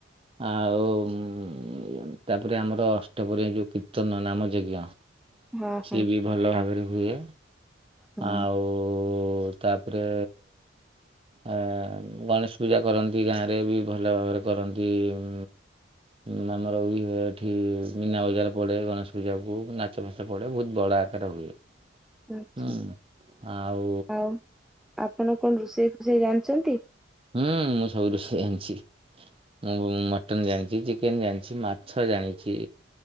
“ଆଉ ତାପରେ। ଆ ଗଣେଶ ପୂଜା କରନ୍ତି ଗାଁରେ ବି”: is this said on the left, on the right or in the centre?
Right